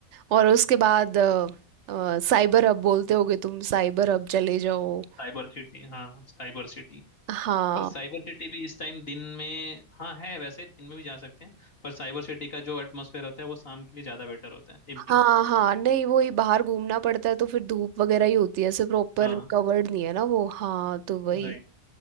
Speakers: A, on the right; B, on the left.
A: और उसके बाद अ, अ, साइबर हब बोलते होगे तुम साइबर हब चले जाओ
B: साइबर सिटी हाँ साइबर सिटी
A: हाँ
B: पर साइबर सिटी भी इस टाइम दिन में हाँ है वैसे दिन में भी जा सकते हैं पर साइबर सिटी का जो एटमोसफेयर होता है वो शाम के लिए ज्यादा बेटर होता है इवनिंग
A: हाँ हाँ नहीं वो ही बाहर घूमना पड़ता है तो फिर धूप वगैरह ही होती है ऐसे प्रॉपर
B: हाँ
A: कवर्ड नहीं है ना वो हाँ तो वही
B: राइट